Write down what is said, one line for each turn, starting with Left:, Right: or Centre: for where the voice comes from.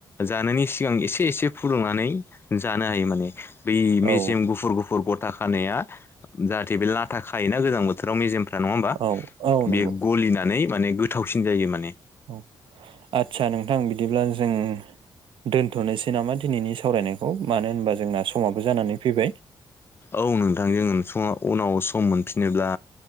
Left: जानायनि सिगां एसे एसे फुदुंनानै जानो हायो माने बै मेजेम
Right: औ
Left: गुफुर गुफुर गथा खानाया जाहाथे बे लाथा खायोना गोजां बोथ फोथाराव मेजेमफ्रा नङा होमबा
Right: औ औ नंगौ
Left: बेयो गलिनानै माने गोथावसिन जायो माने
Right: अ आदसा नोंथां बिदिब्ला जों दोनथ'नोसै नामा दिनैनि सावरायनायखौ मानो होनबा जोंना समाबो जानानै फैबाय
Left: औ नोंथांजों उनाव सम मोनफिनोब्ला